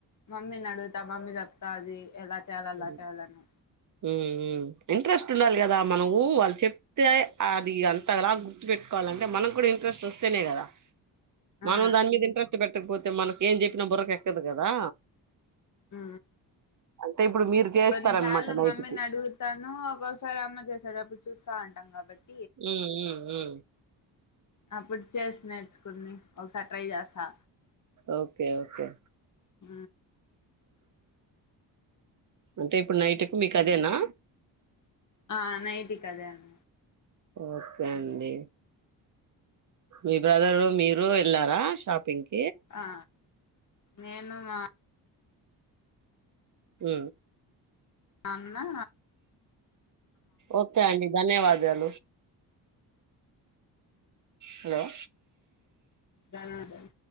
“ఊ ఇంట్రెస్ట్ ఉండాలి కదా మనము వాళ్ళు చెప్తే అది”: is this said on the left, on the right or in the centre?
Right